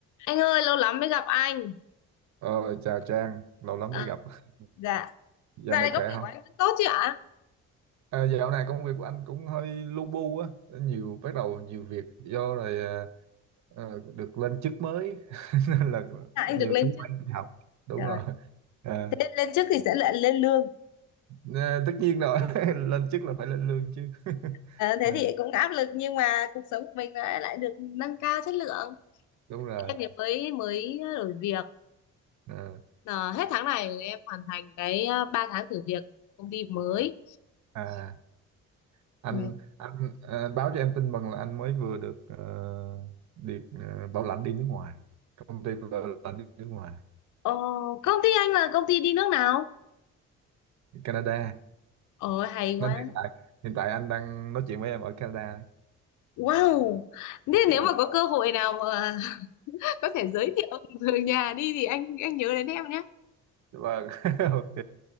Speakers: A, on the left; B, on the right.
A: Anh ơi, lâu lắm mới gặp anh.
B: Ờ, chào Trang, lâu lắm
A: À,
B: mới gặp. <laughs>
A: dạ
B: Dạo
A: Dạo
B: này
A: này
B: khỏe
A: công việc
B: không?
A: của anh vẫn tốt chứ ạ?
B: À, dạo này công việc của anh cũng hơi lu bu á, nhiều bắt đầu nhiều việc do rồi à, ờ, được lên chức mới <laughs> nên là
A: à,
B: nhiều
A: anh được lên
B: thứ
A: chức
B: phải học. Đúng
A: Trời,
B: rồi. À,
A: lên lên chức thì sẽ lại lên lương
B: nè, tất nhiên rồi, <laughs> lên chức là phải lên lương chứ. <laughs>
A: à, thế
B: Ờ,
A: thì cũng áp lực nhưng mà cuộc sống của mình lại lại được nâng cao chất lượng
B: đúng rồi.
A: Em thì mới mới đổi việc.
B: Ờ,
A: Ờ, hết tháng này em hoàn thành cái ờ, 3 tháng thử việc công ty mới.
B: À, anh
A: ừ.
B: anh à, báo cho em tin mừng là anh mới vừa được ờ, được ờ, bảo lãnh đi nước ngoài, công ty bảo lãnh đi nước ngoài,
A: Ờ, công ty anh là công ty đi nước nào?
B: Canada.
A: ôi hay
B: nên
A: quá
B: hiện tại hiện tại anh đang nói chuyện với em ở Canada đấy.
A: wow Nên
B: Ờ,
A: nếu mà có cơ hội nào mà <laughs> có thể giới thiệu <laughs> người nhà đi thì anh anh nhớ đến em
B: vâng <laughs> ok